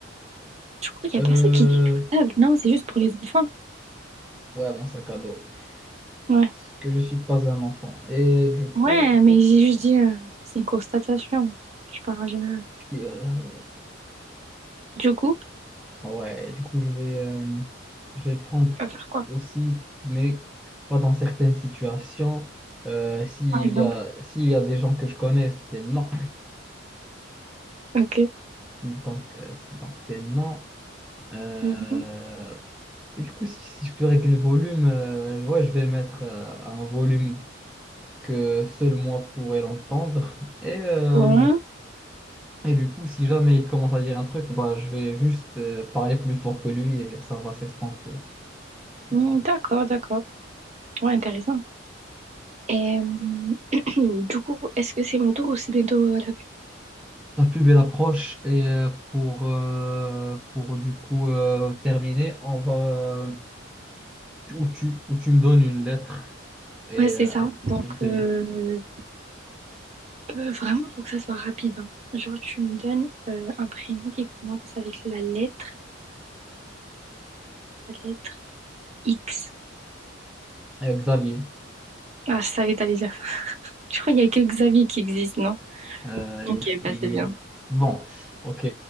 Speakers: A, on the right; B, in the centre.
A: Du coup, il n'y
B: euh,
A: a personne qui dit cartable. Non, c'est juste pour les enfants.
B: ouais, mon sac à dos.
A: Ouais.
B: Parce que je suis pas un enfant. Et du coup,
A: Ouais, mais j'ai juste dit, euh, c'est une constatation. Je parle en général.
B: euh,
A: Du coup,
B: Ouais, du coup, je vais, euh, je vais prendre
A: tu vas faire quoi,
B: aussi, mais pas dans certaines situations. Euh, s'il
A: par exemple?
B: y a, s'il y a des gens que je connais, c'est non.
A: Ok.
B: Donc, euh, c'est- donc c'est non. Euh,
A: Mhm.
B: et du coup, si, si je peux régler le volume, euh, je vois, je vais mettre euh, un volume que seul moi pourrais l'entendre. Et, euh,
A: Bon.
B: et du coup, si jamais il commence à dire un truc, bah, je vais juste euh, parler plus fort que lui et ça va s'estomper. Bon.
A: Mm, d'accord, d'accord. Ouais, intéressant. Et euh, <clears throat> du coup, est-ce que c'est mon tour ou c'est bientôt euh, la pub?
B: La pub elle approche et euh, pour, euh, pour du coup euh, terminer, on va euh, tu- ou tu, ou tu me donnes une lettre et,
A: Ouais, c'est
B: euh,
A: ça. Donc,
B: et je devine.
A: euh, Euh, vraiment, faut que ça soit rapide. hein. Genre, tu me donnes euh, un prénom qui commence avec la lettre, la lettre X.
B: Euh, Xavier,
A: Ah, je savais que t'allais dire ça. <laughs> Je crois qu'il y a que Xavier qui existe, non?
B: euh,
A: Ok,
B: il
A: bah c'est
B: il y
A: bien.
B: est. Bon, ok,